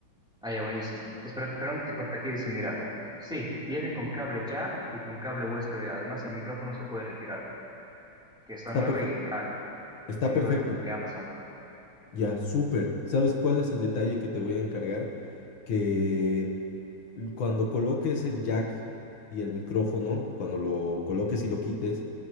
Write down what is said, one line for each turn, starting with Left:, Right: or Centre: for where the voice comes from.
Centre: ah, ya, buenísimo. Espera, perdón que te corte aquí. Dice, mira, sí, viene con cable jack y con cable USB. Además, el micrófono se puede retirar, que está
Left: Está
Centre: nuevo
Left: perfecto.
Centre: y en caja,
Left: Está
Centre: que llegó
Left: perfecto.
Centre: desde de Amazon.
Left: Ya, súper. ¿Sabes cuál es el detalle que te voy a encargar? Que l- cuando coloques el jack y el micrófono, cuando lo coloques y lo quites,